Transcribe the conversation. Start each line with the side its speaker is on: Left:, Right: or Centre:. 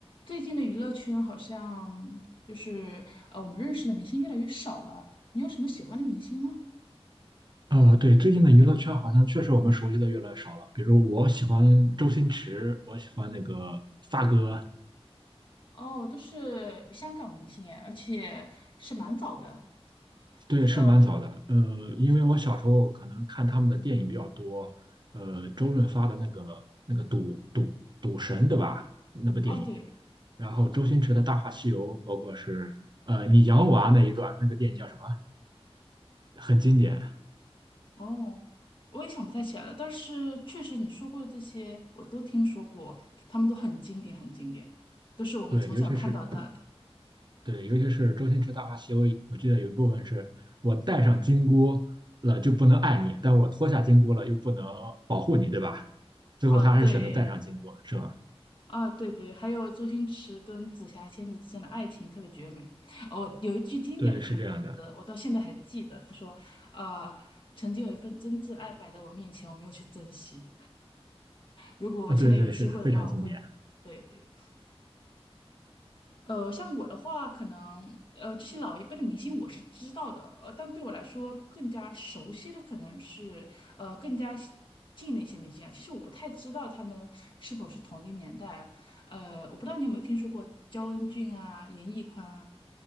Left: 最近的娱乐圈好像就是呃，我们认识的明星越来越少了。你有什么喜欢的明星吗？
Right: 呃，对，最近的娱乐圈好像确实我们熟悉的越来越少了。比如我喜欢周星驰，我喜欢那个发哥，
Left: 哦，都是香港明星哎，而且是蛮早的。
Right: 对，是蛮早的。
Left: 嗯，
Right: 呃，因为我小时候可能看他们的电影比较多，呃，周润发的那个那个赌赌赌神，对吧？那部电影，
Left: 哦对，
Right: 然后周星驰的《大话西游》，包括是呃你养我啊那一段，那个电影叫什么？很经典。
Left: 哦，我也想不太起来了。但是确实你说过的这些，我都听说过，他们都很经典，很经典，都是我们从小看到大的。
Right: 对，尤其是对，尤其是周星驰《大话西游》，我记得有一部分是我戴上金箍了就不能爱你，但我脱下金箍了又不能保护你，对吧？最后他还是选择戴上金箍，
Left: 哦，对，
Right: 是吗？
Left: 啊，对对，还有周星驰跟紫霞仙子之间的爱情特别绝美。哦，有一句经典的台词，
Right: 对，是这样的。
Left: 我到现在还记得，他说：“呃，曾经有一份真挚爱摆在我面前，我没有去珍惜。如果现在有机会的话，
Right: 啊，对对，是的，非常经典。
Left: 我会……对对，呃，像我的话，可能呃这些老一辈的明星我是知道的，呃，但对我来说更加熟悉的可能是呃更加西近的一些明星啊。其实我不太知道他们是否是同一年代，呃，我不知道你有没有听说过焦恩俊啊、严屹宽啊